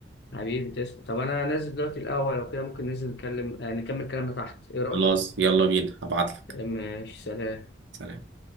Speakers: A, on the left; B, on the right.
A: حبيبي تسلم طب انا نازل دلوقتي الاول لو كده ممكن ننزل نتكلم آه، نكمل كلامنا تحت ايه رايك
B: خلاص يلا بينا هبعت لك
A: ماشي سلام
B: سلام